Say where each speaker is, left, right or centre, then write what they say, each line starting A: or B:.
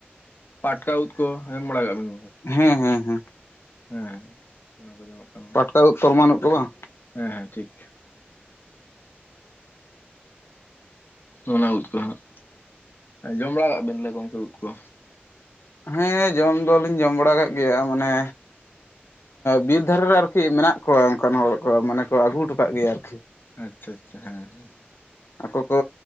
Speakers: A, on the left; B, on the left.
A: ᱯᱟᱴᱠᱟ ᱩᱫᱽ ᱠᱚ, ᱡᱚᱢ ᱵᱟᱲᱟ ᱠᱟᱜ ᱵᱤᱱ?
B: ᱦᱮᱸᱻ ᱦᱮᱸᱻ ᱦᱮᱸᱻ᱾
A: ᱦᱮᱸᱻ ᱚᱱᱟ ᱠᱚ ᱧᱟᱢᱚᱜ ᱠᱟᱱᱟ᱾
B: ᱯᱟᱴᱠᱟ ᱩᱫᱽ ᱛᱚᱨᱢᱟᱱ ᱩᱫᱽ ᱠᱚ ᱵᱟᱝ?
A: ᱦᱮᱸᱻ ᱦᱮᱸᱻ ᱴᱷᱤᱠ᱾ ᱚᱱᱟ ᱩᱫᱽ ᱠᱚ ᱦᱟᱸᱜ ᱡᱚᱢ ᱵᱟᱲᱟ ᱠᱟᱜ ᱵᱮᱱ ᱛᱟᱦᱚᱞᱮ ᱜᱚᱢᱠᱮ ᱩᱫᱽ ᱠᱚ?
B: ᱦᱮᱸ ᱡᱚᱢ ᱫᱚᱞᱤᱧ ᱡᱚᱢ ᱵᱟᱲᱟ ᱠᱟᱜ ᱜᱮᱭᱟ ᱢᱟᱱᱮ ᱵᱤᱨ ᱫᱷᱟᱨᱮ ᱨᱮ ᱟᱨᱠᱤ ᱢᱮᱱᱟᱜ ᱠᱚᱣᱟ ᱚᱱᱠᱟᱱ ᱦᱚᱲ ᱠᱚ, ᱢᱟᱱᱮ ᱠᱚ ᱟᱹᱜᱩ ᱴᱚ ᱠᱟᱜ ᱜᱮᱭᱟ ᱟᱨᱠᱤ᱾
A: ᱟᱪᱪᱷᱟᱻ ᱟᱪᱪᱷᱟᱻ ᱦᱮᱸᱻ ᱦᱮᱸᱻ᱾
B: ᱟᱠᱚ ᱠᱚ